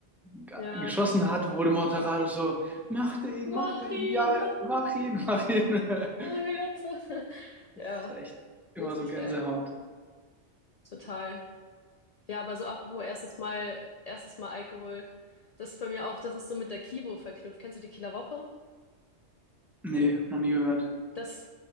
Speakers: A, in the centre; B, on the left (about 60°).
A: ge-
B: Ja.
A: geschossen hat, wo der Moderator so, macht er ihn, macht
B: Mach
A: er ihn,
B: ihn,
A: ja,
B: mach
A: mach
B: ihn.
A: ihn, mach ihn. <laughs>
B: Mario Götze. <laughs>
A: Das
B: Ja,
A: ist echt immer
B: richtig
A: so Gänsehaut.
B: geil. Total. Ja, aber so apropos erstes Mal, erstes Mal Alkohol. Das ist bei mir auch, das ist so mit der Kivo verknüpft. Kennst du die Kieler Woche?
A: Nee, noch nie gehört.
B: Das,